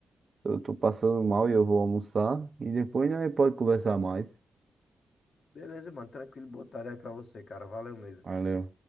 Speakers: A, on the right; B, on the left.
A: eu tô passando mal e eu vou almoçar. E depois a gente pode conversar mais.
B: Beleza, mano. Tranquilo, boa tarde aí pra você, cara. Valeu mesmo.
A: Valeu.